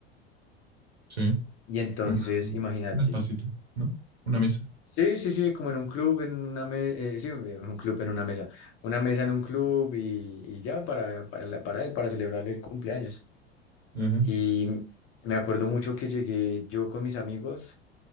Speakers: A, on the right; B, on the left.
A: Sí.
B: y entonces
A: un,
B: imagínate,
A: un espacito, ¿no? Una mesa.
B: sí, sí, sí, como en un club, en una mesa, sí, en un club, en una mesa, una mesa en un club y, y ya para, para, la- para él, para celebrarle el cumpleaños.
A: Ajá.
B: Y me acuerdo mucho que llegué yo con mis amigos